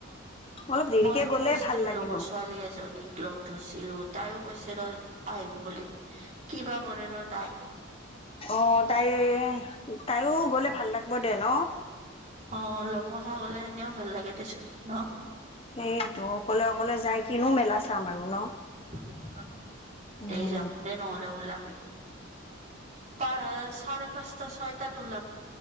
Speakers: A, on the left; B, on the right.
A: অলপ দেৰিকে
B: ময়ো
A: গ'লে
B: কৈছিলো
A: ভাল লাগিব
B: লগৰ ছোৱালী এজনীক। লগ ধৰিছিলো, তাইও কৈছে ৰ আহিম বুলি। কিবা কৰে ৰ তাই
A: অ তাই, তাইও গলে ভাল লাগিব দে ন?
B: অ লগমখা হ'লে এনেও ভাল লাগে। দেচোন ন?
A: সেটো, অকলে অকলে যাই কিনো মেলা চাম আৰু ন?
B: <unintelligible>
A: উম
B: এই যাম দে নহ'লে, ওলাবি। পা চাৰে পাঁচটা, ছয়টাত ওলাম।